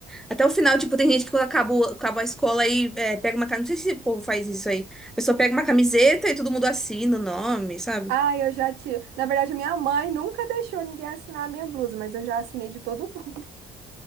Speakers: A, in the centre; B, on the right (about 75°).
A: Até o final, tipo, tem gente que quando acaba, o- acaba a escola aí é, pega uma... ca- Não sei se o povo faz isso aí. A pessoa pega uma camiseta e todo mundo assina o nome, sabe?
B: Ah, eu já te. Na verdade, minha mãe nunca deixou ninguém assinar a minha blusa, mas eu já assinei de todo mundo. <laughs>